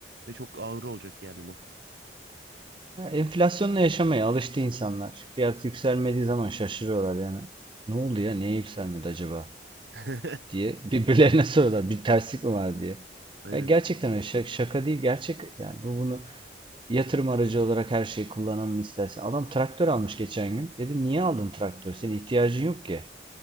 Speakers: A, on the right; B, on the right.
A: Ve çok ağır olacak yani bu.
B: Ya, enflasyonla yaşamaya alıştı insanlar. Fiyat yükselmediği zaman şaşırıyorlar yani. Ne oldu ya? Niye yükselmedi acaba?
A: <laughs>
B: diye birbirlerine <laughs> soruyorlar. Bir terslik mi var diye.
A: Aynen.
B: Ya, gerçekten öyle. Şak- şaka değil gerçek. Yani bu bunu yatırım aracı olarak her şeyi kullanalım istersen. Adam traktör almış geçen gün. Dedim niye aldın traktör? Senin ihtiyacın yok ki.